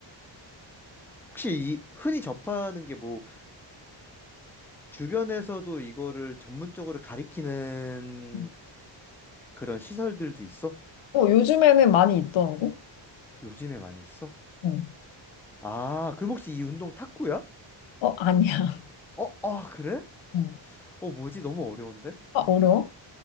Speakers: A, in the centre; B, on the left.
A: 혹시 이 흔히 접하는 게 뭐 주변에서도 이거를 전문적으로 가리키는
B: 응.
A: 그런 시설들도 있어?
B: 어, 요즘에는 많이 있더라고.
A: 요즘에 많이 있어?
B: 어,
A: 아, 그럼 혹시 이 운동 탁구야?
B: 어, 아니야.
A: 어, 아, 그래?
B: 어. <laughs>
A: 어, 뭐지? 너무 어려운데?
B: 아, 어려워?